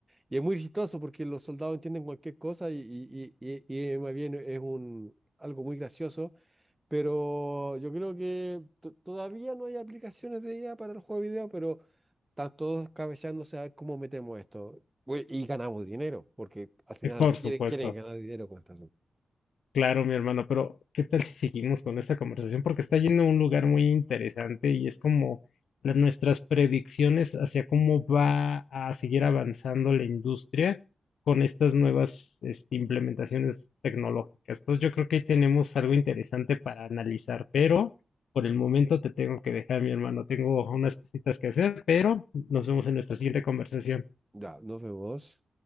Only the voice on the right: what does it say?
y es muy chistoso porque los soldados entienden cualquier cosa y, y, y, y- y eh, más bien es un, algo muy gracioso, pero yo creo que to- todavía no hay aplicaciones de IA para el juego de video, pero están todos cabeceándose a ver cómo metemos esto. Güey, Y ganamos dinero, porque al final
quieren,
quieren ganar dinero con esta
Ya, nos vemos.